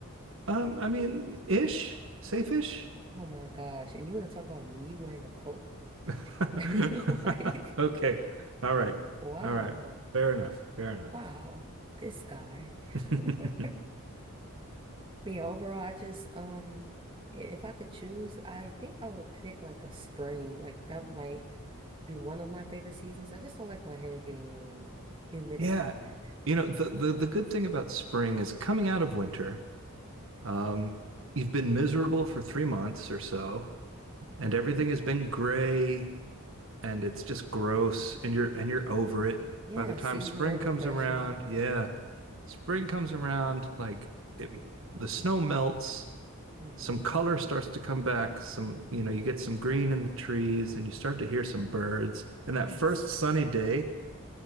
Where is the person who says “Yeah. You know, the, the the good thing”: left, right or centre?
Right